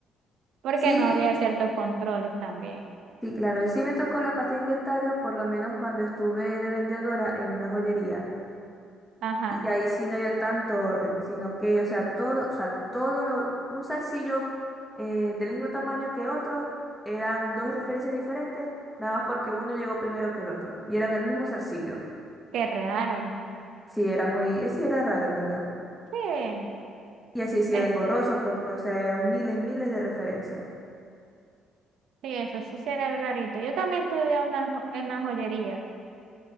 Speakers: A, on the right (about 65°); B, in the centre.
A: porque
B: Sí,
A: no había ciertos controles también.
B: Sí, claro, sí me tocó la parte de inventario, por lo menos cuando estuve de vendedora en una joyería.
A: Ajá,
B: Y ahí sí no había tanto orden, sino que, o sea, todo, o sea, todo lo, un zarcillo eh, del mismo tamaño que otro, eran dos referencias diferentes, nada más porque uno llegó primero que el otro. Y eran el mismo zarcillo.
A: qué raro.
B: Sí, era muy, eh, sí era raro en verdad.
A: Sí.
B: Y así sí
A: Es,
B: era engorroso porque, o sea, eran miles, miles de referencias.
A: sí, eso, eso sí era rarito. Yo también estudié una jo- en la joyería,